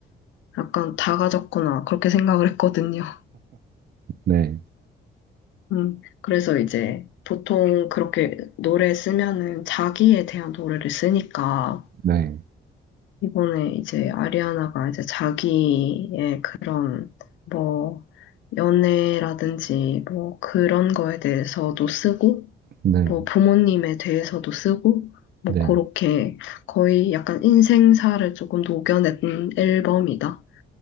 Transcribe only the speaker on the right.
네,
네,
네,
네.